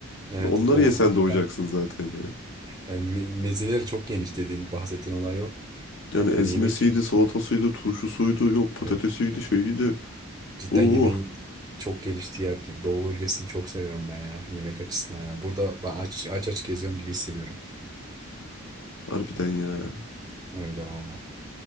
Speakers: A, on the right; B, on the left.
A: Evet.
B: Onları
A: evet. O
B: yesen
A: cidden
B: doyacaksın zaten yani.
A: yani me- mezeleri çok geniş dediğin bahsettiğin olay o.
B: Yani ezmesiydi,
A: Hani yemek kült-
B: salatasıydı, turşusuydu, yok patatesiydi,
A: evet.
B: şeyiydi.
A: Cidden
B: Oo,
A: yemeğin çok geliştiği yer. Doğu bölgesini çok seviyorum ben ya. Yemek açısından yani. Burada ben aç aç aç geziyorum gibi hissediyorum.
B: harbiden ya.
A: Öyle valla.